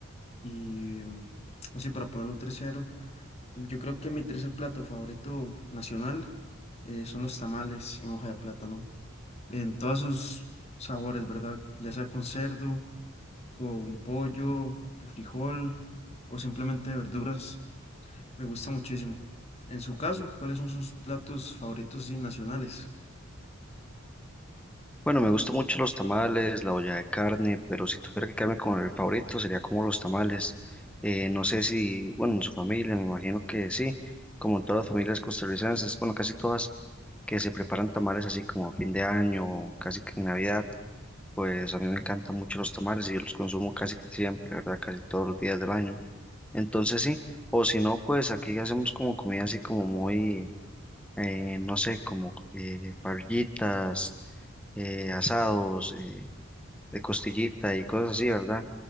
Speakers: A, on the left; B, in the centre.
A: y mm, así para ponerlo en tercero. Yo creo que mi tercer plato favorito nacional eh, son los tamales en hoja de plátano, en todos sus sabores, ¿verdad? Ya sea con cerdo con pollo, de frijol o simplemente de verduras. Me gusta muchísimo. En su caso, ¿cuáles son sus platos favoritos y nacionales?
B: Bueno, me gustan mucho los tamales, la olla de carne, pero si tuviera que quedarme con el favorito sería como los tamales. Eh, no sé si, bueno, en su familia, me imagino que sí, como en todas las familias costarricenses, bueno, casi todas, que se preparan tamales así como a fin de año, casi que en Navidad, pues a mí me encantan mucho los tamales y yo los consumo casi que siempre, ¿verdad? Casi todos los días del año. Entonces sí, o si no, pues aquí hacemos como comida así como muy, eh, no sé, como eh, parrillitas eh, asados, eh, de costillita y cosas así, ¿verdad?